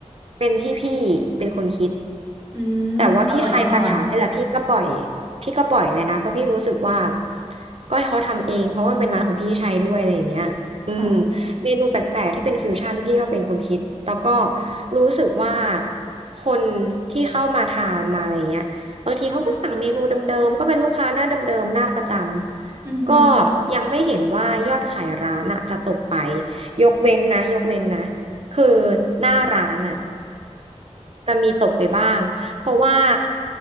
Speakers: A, on the right; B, on the right.
A: เป็นที่พี่เป็นคนคิด
B: อืมอร่อยแน่นอน
A: แต่ว่าพี่คลายตาขาบให้แล้วพี่ก็ปล่อยพี่ก็ปล่อยเลยนะเพราะพี่รู้สึกว่าก็ให้เขาทำเองเพราะว่ามันเป็นร้านของพี่ชัยด้วยอะไรอย่างเงี้ยอืม
B: ค่ะ
A: เมนูแปลกๆที่เป็นฟิวชั่นพี่ก็เป็นคนคิดแล้วก็รู้สึกว่าคนที่เข้ามาทานมาอะไรเงี้ยบางทีเขาก็สั่งเมนูเดิมๆก็เป็นลูกค้าหน้าเดิมๆหน้าประจำก็
B: อือหือ
A: ยังไม่เห็นว่ายอดขายร้านอะจะตกไป ยกเว้นนะยกเว้นนะคือหน้าร้านอ่ะ จะมีตกไปบ้างเพราะว่า